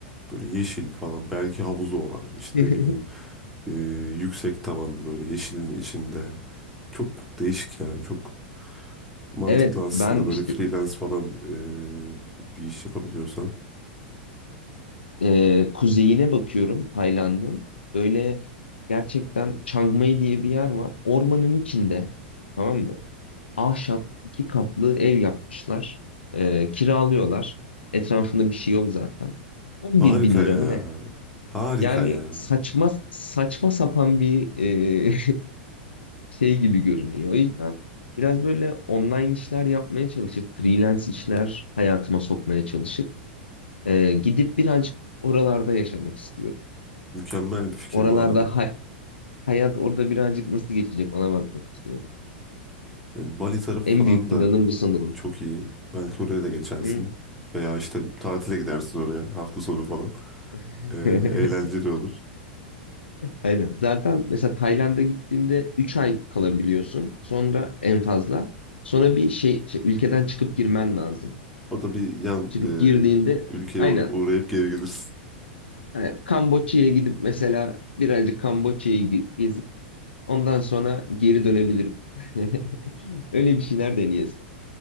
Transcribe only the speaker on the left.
<laughs>
Evet,
ben
işte
e, kuzeyine bakıyorum Tayland'ın. Öyle gerçekten Chiang Mai diye bir yer var. Ormanın içinde, tamam mı? Ahşap iki katlı ev yapmışlar. E, kiralıyorlar. Etrafında bir şey yok zaten. On
bir bin lira
mı ne?
Yani
saçma saçma sapan bir e, şey gibi görünüyor. O yüzden biraz böyle online işler yapmaya çalışıp freelance işler hayatıma sokmaya çalışıp e, gidip birazcık oralarda yaşamak istiyorum.
Oralarda
hay- hayat orada birazcık nasıl geçecek ona bakmak istiyorum.
En
büyük
planım bu sanırım.
Hı.
<laughs>
Aynen. Zaten mesela Tayland'a gittiğinde 3 ay kalabiliyorsun. Sonra en fazla. Sonra bir şey, şey ülkeden çıkıp girmen lazım.
Çıkıp
girdiğinde
aynen
Hani Kamboçya'ya gidip mesela birazcık Kamboçya'yı ge- gezip ondan sonra geri dönebilirim. <laughs> Öyle bir şeyler deneyesin.